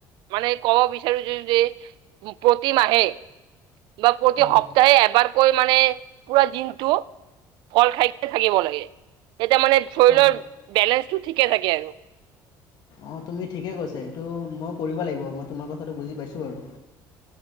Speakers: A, on the right; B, on the left.
A: মানে কব বিচাৰিছো যদি প্ৰতি মাহে বা প্ৰতি
B: অ
A: সপ্তাহে এবাৰকৈ মানে পুৰা দিনটো ফল খাই কিনি থাকিব লাগে তেতিয়া মানে শৰীৰৰ
B: অ
A: বেলেঞ্চটো ঠিকে থাকে আৰু।
B: অঁ তুমি ঠিকেই কৈছা, এইটো মই কৰিব লাগিব, মই তোমাৰ কথাটো বুজি পাইছো বাৰু।